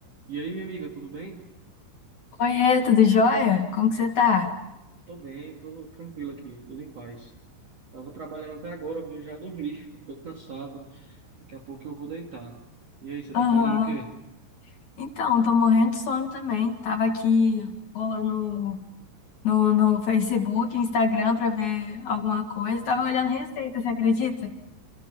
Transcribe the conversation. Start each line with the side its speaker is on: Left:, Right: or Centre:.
Right: E aí, minha amiga, tudo bem?
Left: Oiê, tudo jóia? Como que você tá?
Right: Tô bem, tô tranquilo aqui, tudo em paz. Tava trabalhando até agora, vou já dormir. <laughs> Tô cansado, daqui a pouco eu vou deitar. E aí, você tá
Left: Aham.
Right: fazendo o quê?
Left: Então, tô morrendo de sono também. Tava aqui rolando no, no Facebook, Instagram pra ver alguma coisa. Tava olhando receita, você acredita?